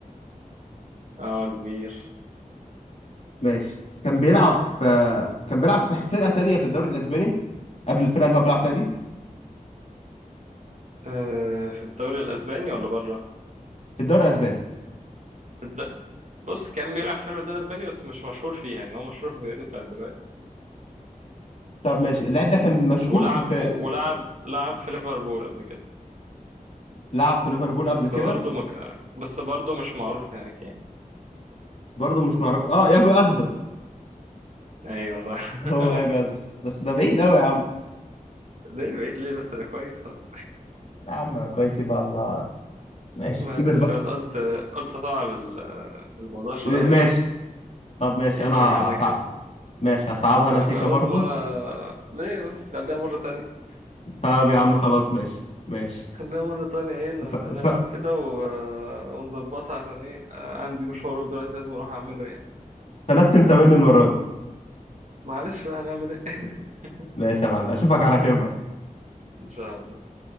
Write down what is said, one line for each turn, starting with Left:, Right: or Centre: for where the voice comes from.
Right: اه كبير
Left: ماشي كان بيلعب في كان بيلعب في فرقة تانية في الدوري الاسباني قبل الفرقة اللي هو بيلعب فيها دي
Right: آه، في الدوري الاسباني ولا بره
Left: في الدوري الاسباني
Right: في الد... بص كان بيلعب في الدوري الاسباني بس مش مشهور فيها يعني هو مشهور في الفريق بتاع دلوقتي
Left: طب ماشي اللعيب ده كان مشهور
Right: ولعب
Left: في, في...
Right: ولعب لعب في ليفربول قبل كده
Left: لعب في ليفربول
Right: بس
Left: قبل كده
Right: برضه آه. مك... بس برضه مش معروف هناك يعني
Left: برضه مش معروف اه ياجو اسبس
Right: ايوه صح <laughs>
Left: هو ياجو اسبس بس ده بعيد قوي يا عم
Right: ليه بعيد ليه بس ده كويس خالص
Left: يا عم كويس يبقى الله ماشي
Right: معلش
Left: كبر بقى
Right: انا قلت قلت صعب ال- الموضوع شوية
Left: ماشي
Right: عشان
Left: طب ماشي
Right: يمشي
Left: انا هصعب
Right: معانا كده
Left: ماشي هصعبها
Right: ما
Left: انا سيكا
Right: خلاص
Left: برضه
Right: بقى انا ليه بس خليها مرة تانية
Left: طب يا عم خلاص ماشي ماشي
Right: خلينا مرة تانية ايه ن-
Left: ف... ف...
Right: نلعب كده و... آه، ونظبطها عشان ايه آه، عندي مشوار دلوقتي لازم اروح اعمله يعني
Left: فلت انت مني المرة دي
Right: معلش بقى هنعمل ايه <laughs>
Left: ماشي يا معلم اشوفك على خير بقى
Right: ان شاء الله